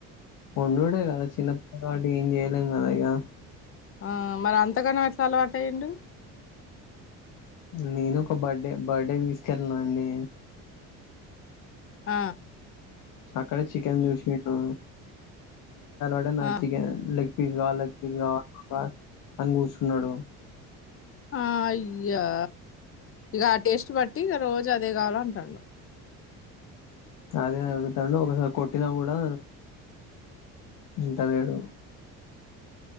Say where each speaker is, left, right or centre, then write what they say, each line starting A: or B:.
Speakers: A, on the left; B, on the left.
A: వండుడే కదా చిన్నప్పటి ఏం ఏం కాలేదు గా
B: ఆ మరి అంతగానం ఎట్లా అలవాటయ్యిండు
A: నేను ఒక బర్డే బర్డే తీసుకెళ్ళనా అండి
B: ఆ
A: అక్కడ చికెన్ చూసిండు <inaudible>
B: ఆ
A: chicken like pizza like pizza అని కూర్చున్నాడు
B: ఆ అయ్యా ఇక ఆ టెస్టు బట్టి ఇక రోజు అదే కావాల అంటాన్నా
A: అదే అడుగుతాండు ఒకసారి కొట్టినా కూడా ఇంట లేడు